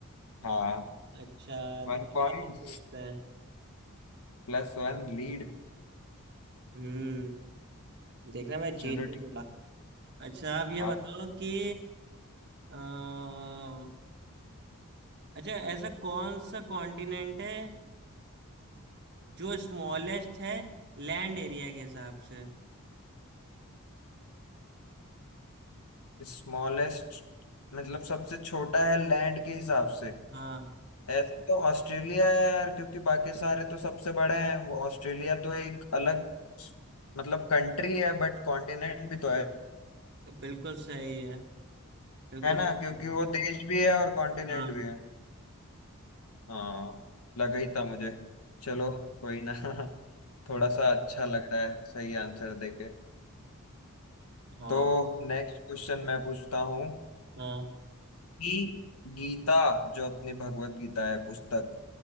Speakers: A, on the left (about 85°); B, on the right (about 50°).
A: हाँ
B: अच्छा
A: One
B: तो चलो
A: point
B: अब हम पूछते हैं
A: Plus one lead
B: हम्म देखना मैं जीतूंगा
A: चलो ठीक
B: अच्छा आप ये
A: आप
B: बताओ कि अम्म, अच्छा ऐसा कौन सा कॉन्टिनेंट है जो स्मॉलेस्ट है लैंड एरिया के हिसाब से
A: स्मॉलेस्ट मतलब सबसे छोटा है लैंड के हिसाब से
B: हाँ
A: ऐसे तो ऑस्ट्रेलिया है यार क्योंकि बाकी सारे तो सबसे बड़े हैं वो ऑस्ट्रेलिया तो एक अलग मतलब कंट्री है बट कॉन्टिनेंट भी तो है
B: बिल्कुल सही है बिल्कुल
A: है ना
B: सही
A: क्योंकि
B: है।
A: वो देश भी है और कॉन्टिनेंट
B: हाँ
A: भी है हाँ लगा ही था मुझे चलो कोई ना <laughs> थोड़ा सा अच्छा लग रहा है सही आंसर देके
B: हाँ
A: तो नेक्स्ट क्वेश्चन मैं पूछता हूँ
B: हाँ
A: कि गीता जो अपनी भगवत गीता है पुस्तक